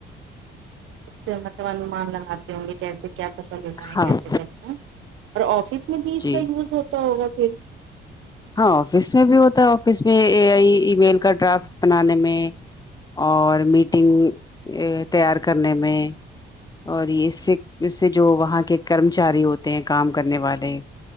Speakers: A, on the right; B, on the left.
A: اس سے مطلب انمان لگاتے ہوں گے جیسے کیا پسند ہوتا ہے
B: ہاں
A: کیسے
B: ہوں
A: کرتا ہے اور آفس میں بھی اس
B: جی
A: کا یوز ہوتا ہوگا پھر
B: ہاں آفس میں بھی ہوتا ہے آفس میں اے آئی ای میل کا ڈرافٹ بنانے میں اور میٹنگ تیار کرنے میں اور یہ اس سے اس سے جو وہاں کے کرمچاری ہوتے ہیں کام کرنے والے